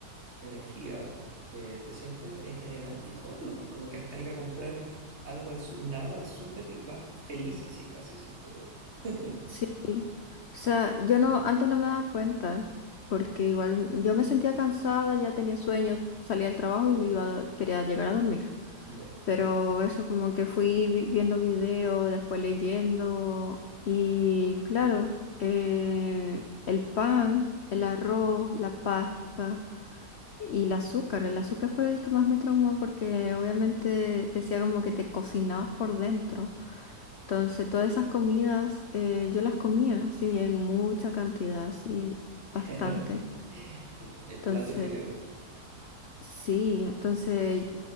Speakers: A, on the right; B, on the left.
A: energía, eh, te sientes en general mejor nomás, como que hasta ir a comprar algo al su- un agua al súper y vas feliz así casi, siento yo. <laughs>
B: Sí, o sea, yo no, antes no me daba cuenta, porque igual yo me sentía cansada, ya tenía sueño, salía del trabajo y iba, quería llegar a dormir.
A: Ya.
B: Pero eso como que fui vi- viendo videos, después leyendo, y claro, eh, el pan, el arroz, la pasta y el azúcar. El azúcar fue el que más me traumó porque obviamente decía como que te cocinabas por dentro. Entonces, todas esas comidas eh, yo las comía, sí, en mucha cantidad, sí,
A: <laughs>
B: bastante.
A: El, el
B: Entonces,
A: plato de fideo,
B: sí, entonces